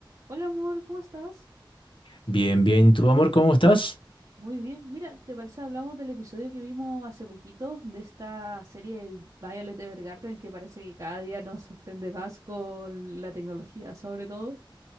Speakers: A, on the right; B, on the left.
A: Hola amor, ¿cómo estás?
B: Bien, bien. ¿Y tú, amor, cómo estás?
A: Muy bien. Mira, ¿te parece hablamos del episodio que vimos hace poquito de esta serie Violet Evergarden que parece que cada día nos sorprende más con la tecnología, sobre todo?